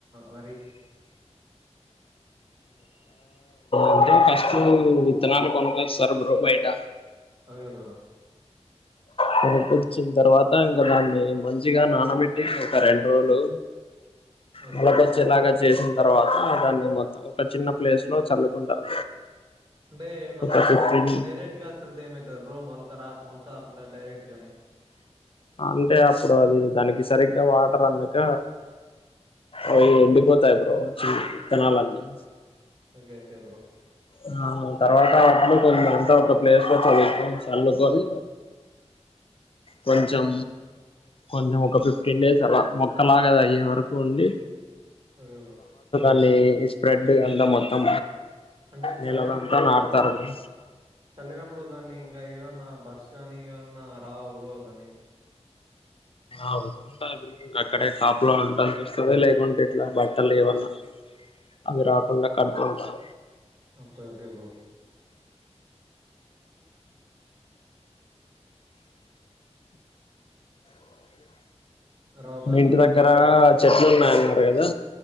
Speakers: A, on the right; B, on the left.
A: వరి
B: అంటే ఫస్ట్ విత్తనాలు కొనుక్కొస్తారు బ్రో బయట
A: అవే బ్రో
B: కొనుక్కొచ్చిన తర్వాత ఇంకా దాన్ని మంచిగా నానబెట్టింది ఒక రెండు రోజులు
A: ఓకే
B: మొలకొచ్చేలాగ చేసిన తర్వాత దాన్ని మొత్తం ఒక చిన్న ప్లేస్ లో చల్లుకుంటారు
A: అంటే మనం
B: ఒక ఫిఫ్టీన్
A: డైరెక్ట్ గా చళ్తే ఏమైతది బ్రో మోలక రా మొల కాకుండా డైరెక్ట్ గానే
B: అంటే అప్పుడు అది దానికి సరిగ్గా వాటర్ అందక అవి ఎండిపోతాయి బ్రో చి విత్తనాలన్నీ
A: ఓకే ఓకే బ్రో
B: ఆ తర్వాత అట్లు కొ అంతా ఒక ప్లేస్ లో చల్లుకు చల్లుకొని కొంచెం కొంచెం ఒక ఫిఫ్టీన్ డేస్ అలా మొక్కలాగా అది అయ్యే వరకు ఉండి
A: అదే బ్రో
B: మళ్ళీ ఈ స్ప్రెడ్ అంతా మొత్తం
A: అంటే చల్లినప్పుడు
B: నెలలంతా నాడుతారు బ్రో
A: చల్లినప్పుడు దాన్ని ఇంకా ఏమన్నా బర్డ్స్ గానీ ఏవన్ న్న రావ బ్రో దాని
B: ఆ వస్తాయి ఇంకా అక్కడే కాపులా ఉండాల్సి వస్తది లేకుంటే ఇట్లా బట్టలు ఏవన్నా అవి రాకుండా కడతాం బ్రో
A: ఒకే ఓకె బ్రో తర్వాత
B: మీ ఇంటి
A: ఆ
B: దగ్గర
A: చెప్
B: చెట్లు ఉన్నాయి అన్నారు కదా